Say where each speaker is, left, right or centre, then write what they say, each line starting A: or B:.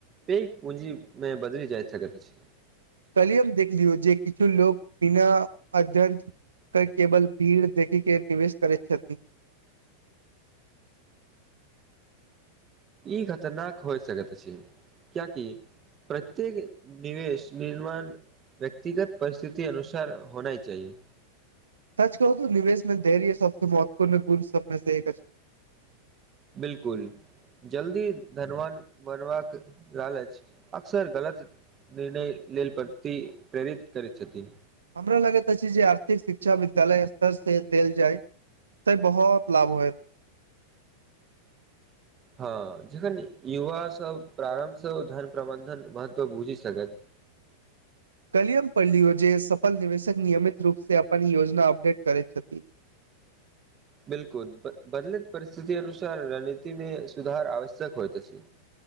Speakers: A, on the right; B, on the right.
A: पेग पूंजी मऽ बदलि जाइत सकैत अछि
B: काल्हि हम देखलियौ जे किछु लोक बिना अध्यन् कऽ केवल भीड़ देखै के निवेश करैत छथिन
A: ई खतरनाक होय सकैत अछि कियाकि प्रत्येक निवेश निर्माण व्यक्तिगत परिस्थिति अनुसार होना चाहि
B: सच कहू तऽ निवेश में धैर्य सबसँ महत्वपूर्ण गुण सबमे सऽ एक अछि
A: बिल्कुल जल्दी धनवान बनबाक लालच अक्सर गलत निर्णय लेल प्रति प्रेरित करैत छथिन
B: हमरा लगैत अछि जे आर्थिक शिक्षा विद्यालय स्तर से देल जाय तऽ बहुत लाभ होयत
A: हँ जखन युवासभ प्रारम्भ सँ ओ धन प्रबन्धन महत्व बुझि सकत
B: काल्हि हम पढ़लियो जे सफल निवेशक निियमित रूप से अप योजना अपडेट करै छथि
A: बिल्कुल बदलेत परिस्थिति अनुसार रणनीति मे सुधार आवश्यक होइत अछि